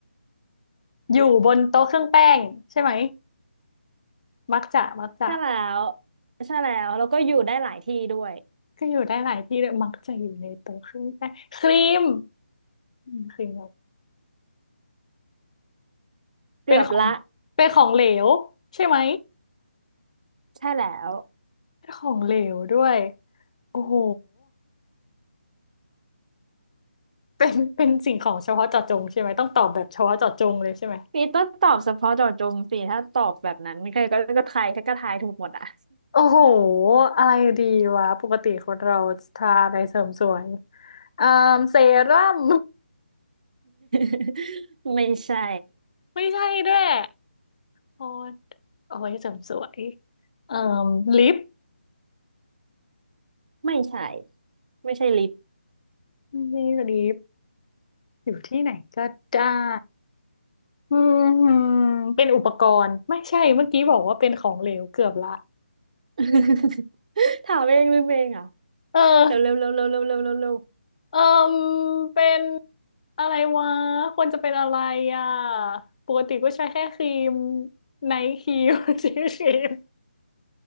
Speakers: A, on the left (about 35°); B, on the right (about 40°).
A: อยู่บนโต๊ะเครื่องแป้งใช่ไหมมักจะมักจะ
B: ใช่แล้วใช่แล้วแล้วก็อยู่ได้หลายที่ด้วย
A: ก็อยู่ได้หลายที่เลยมักจะอยู่ในโต๊ะเครื่องแป้งครีมอืมครีม
B: เกือบละ
A: เป็นของเป็นของเหลวใช่ไหม
B: ใช่แล้ว
A: เป็นของเหลวด้วยโอ้โหเป็นเป็นสิ่งของเฉพาะเจาะจงใช่ไหมต้องตอบแบบเฉพาะเจาะจงเลยใช่ไหม
B: พีต้องตอบเฉพาะเจาะจงสิถ้าตอบแบบนั้นใครก็ก็ทายก็ทายถูกหมดอ่ะ
A: โอ้โหอะไรดีวะปกติคนเราทาอะไรเสริมสวยอ่าเซรั่ม
B: <laughs> ไม่ใช่
A: <laughs> ไม่ใช่ด้วยโอ้ยเอาไว้เสริมสวยเอ่อลิป
B: ไม่ใช่ไม่ใช่ลิฟต์
A: ไม่ใช่ลิปอยู่ที่ไหนก็ได้อืมเป็นอุปกรณ์ไม่ใช่เมื่อกี้บอกว่าเป็นของเหลวเกือบละ
B: <laughs> ถามเองลืมเองเหรอ่ะ
A: เออ
B: เร็วเร็วเร็วเร็วเร็วเร็วเร็วเร็ว
A: เออเป็นอะไรวะควรจะเป็นอะไรอ่ะปกติก็ใช้แค่ครีมไนท์ครีม <laughs> ชีสครีม